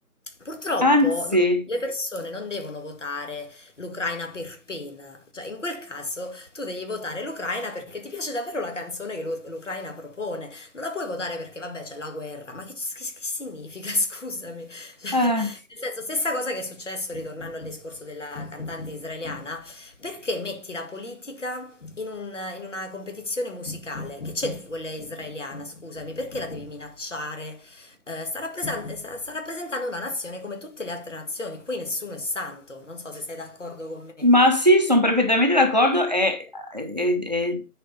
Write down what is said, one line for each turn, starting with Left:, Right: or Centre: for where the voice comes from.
Left: Purtroppo
Right: Anzi,
Left: no- le persone non devono votare l'Ucraina per pena, cioè in quel caso tu devi votare l'Ucraina perché ti piace davvero la canzone che l'U- l'Ucraina propone, non la puoi votare perché vabbè c'è la guerra, ma che, che- che significa? <laughs> Scusami. Cioè,
Right: eh,
Left: nel senso, stessa cosa che è successo ritornando al discorso della cantante israeliana, perché metti la politica in, un- in una competizione musicale? Che c'entra quella israeliana, scusami, perché la devi minacciare? eh, sta rappresent- sta- sta rappresentando una nazione come tutte le altre nazioni, qui nessuno è santo, non so se sei d'accordo con me.
Right: Ma sì, sono perfettamente d'accordo e, e- e